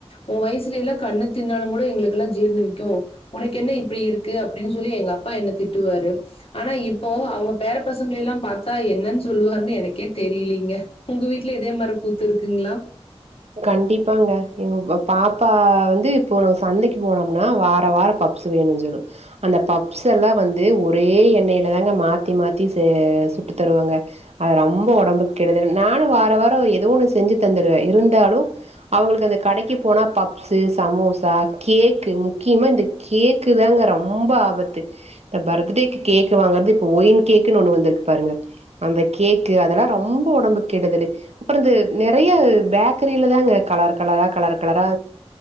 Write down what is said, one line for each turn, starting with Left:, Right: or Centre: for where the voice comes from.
Left: உன் வயசுல எல்லா கண்ணு தின்னாலுமங் கூட எங்களுக்கெல்லா ஜீர்ணிக்கு உனக்கு என்ன இப்படி இருக்கு அப்டின்னு சொல்லி எங்க அப்பா என்ன திட்டுவாரு ஆனா இப்போ அவுங்க பேர பசங்க எல்லா பாத்தா என்னனு சொல்லுவாருன்னு எனக்கே தெரியலீங்க உங்க வீட்ல இதே மாரி கூத்து இருக்குங்ளா
Right: கண்டிப்பாங்க எ பாப்பா வந்து இப்போ சந்தைக்கு போனோம்னா வார வாரம் பப்ஸ் வேணுனு சொல்லு அந்த பப்ஸ் எல்லா வந்து ஒரே எண்ணெல தாங்க மாத்தி மாத்தி ச சுட்டுத் தருவாங்க அது ரொம்ப ஒடம்புக்கு கெடுதல் நானு வார வாரோ எதோ ஒண்ணு செஞ்சு தந்துருவ இருந் நாலு அவுங்களுக்கு அந்த கடைக்கு போனா பப்ஸு சமோசா கேக் முக்கியமா இந்த கேக்குதாங்க ரொம்ப ஆபத்து இந்த பர்த்டேக்கு கேக் வாங்கறது ஒ இன் கேக்குனு வந்திருக்கு பாருங்க அந்த கேக்கு அதெல்லா ரொம்ப ஒடம்புக்கு கெடுதல் அப்புறோ இந்த நெறயா பேக் கிரிலதாங்க கலர் கலரா கலர் கலரா